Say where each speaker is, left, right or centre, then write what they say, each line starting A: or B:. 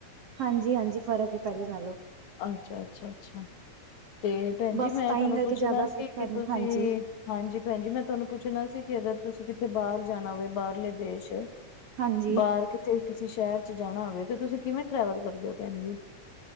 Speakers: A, on the right; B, on the left.
A: ਹਾਂਜੀ-ਹਾਂਜੀ ਫ਼ਰਕ ਐ ਪੈਲੇ ਨਾਲੋਂ।
B: ਅੱਛਾ-ਅੱਛਾ-ਅੱਛਾ ਤੇ ਪੈਣ ਜੀ
A: ਬਸ
B: ਮੈਂ
A: ਤਾਂ
B: ਤੁਹਾਨੂੰ
A: ਹੀ ਕਰਕੇ
B: ਪੁੱਛਣਾ
A: ਜ਼ਿਆਦਾ
B: ਸੀ
A: ਕੁਛ ਕਰਨ
B: ਕਿ ਤੁਸੀਂ
A: ਹਾਂਜੀ
B: ਹਾਂਜੀ ਪੈਣਜੀ ਮੈਂ ਤੁਹਾਨੂੰ ਪੁੱਛਣਾ ਸੀ ਕਿ ਅਗਰ ਤੁਸੀਂ ਕਿਥੇ ਬਾਰ ਜਾਣਾ ਹੋਵੇ ਬਾਰਲੇ ਦੇਸ਼
A: ਹਾਂਜੀ
B: ਬਾਰ ਕਿ ਤੇ ਕਿਸੀ ਸ਼ੈਰ ਚ ਜਾਣਾ ਹੋਵੇ ਤੇ ਤੁਸੀਂ ਕਿਵੇਂ ਟਰੈਵਲ ਕਰਦੇ ਓ ਪੈਣ ਜੀ?